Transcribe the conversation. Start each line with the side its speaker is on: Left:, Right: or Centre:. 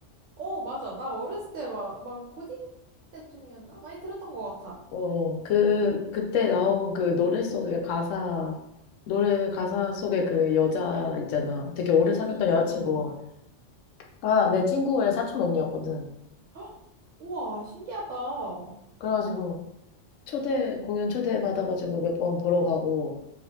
Right: 어, 맞아. 나 어렸을 때 막, 막 고딩 때쯤이었나? 많이 들었던 것 같아.
Left: 어, 그, 그때 나온 그 노래 속의 가사, 노래 가사 속에 그 여자 있잖아. 되게 오래
Right: 응,
Left: 사귀었던
Right: 응,
Left: 여자친구.
Right: 응, 응, 응.
Left: 아, 내 친구의 사촌 언니였거든.
Right: <gasps> 헉! 우와, 신기하다. <gasps>
Left: 그래가지고 초대, 공연 초대받아가지고 몇 번 보러 가고,